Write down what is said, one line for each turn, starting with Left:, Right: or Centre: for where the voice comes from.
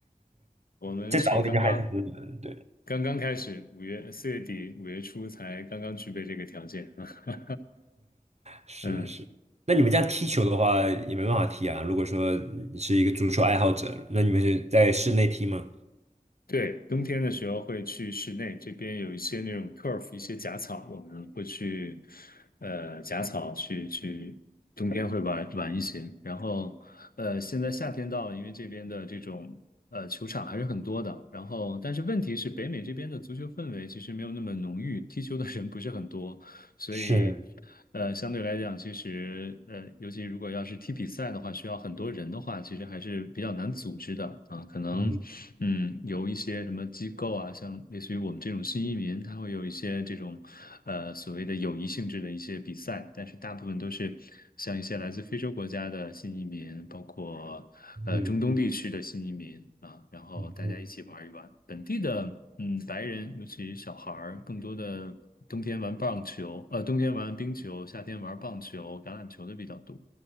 Left: <laughs> 我们是刚刚。
Right: 再早一点就还是很冷，对，
Left: 刚刚开始，五月四月底五月初才刚刚具备这个条件啊。
Right: 是是。
Left: <laughs> 嗯
Right: 那你们这样踢球的话，也没办法踢啊。如果说你是一个足球爱好者，那你们是在室内踢吗？
Left: 对，冬天的时候会去室内，这边有一些那种 turf，一些假草，我们会去，呃，假草去去，冬天会玩玩一些。然后，呃，现在夏天到了，因为这边的这种呃球场还是很多的。然后，但是问题是，北美这边的足球氛围其实没有那么浓郁，踢球的人不是很多，所以，
Right: 是，
Left: 呃，相对来讲，其实呃，尤其如果要是踢比赛的话，需要很多人的话，其实还是比较难组织的啊，可能。
Right: 嗯
Left: 嗯，有一些什么机构啊，像类似于我们这种新移民，他会有一些这种，呃，所谓的友谊性质的一些比赛，但是大部分都是像一些来自非洲国家的新移民，包括呃中东地区的新移民啊，
Right: 嗯
Left: 然后大家一起玩一玩。
Right: 嗯嗯，
Left: 本地的嗯白人，尤其小孩儿，更多的冬天玩棒球，呃，冬天玩冰球，夏天玩棒球、橄榄球的比较多，